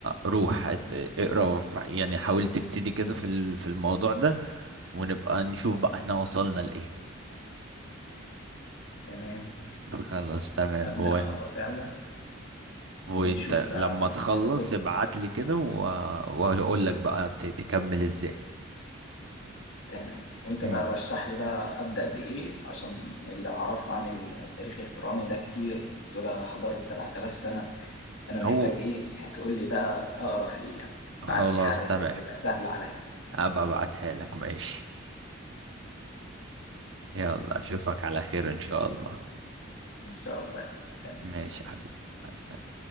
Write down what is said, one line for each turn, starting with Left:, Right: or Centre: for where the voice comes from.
Right: روح ات- اقرا ف- يعني حاول تبتدي كده في ال- في الموضوع ده ونبقى نشوف بقى احنا وصلنا لايه
Left: تمام،
Right: خلاص تمام
Left: أبدأ
Right: هو
Left: أقرا فعلًا
Right: وانت
Left: ونشوف بقى
Right: لما تخلص
Left: إذا كنت
Right: ابعت لي كده و... واقول لك بقى ت... تكمل ازاي
Left: تمام، وأنت
Right: امم
Left: بقى رشّح لي بقى أبدأ بإيه، عشان اللي أعرفه عن التاريخ الفرعوني ده كتير، دول حضارة 7000 سنة، أنا محتاج
Right: هو
Left: إيه، تقول لي بقى أقرا في إيه يعني،
Right: خلاص
Left: ابعت لي حاجة
Right: تمام
Left: كده تبقى سهلة عليّا.
Right: هبقى ابعتها لك ماشي يلا
Left: ماشي،
Right: اشوفك على خير ان شاء الله
Left: إن شاء الله، سلام.
Right: ماشي يا حبيبي مع السلامة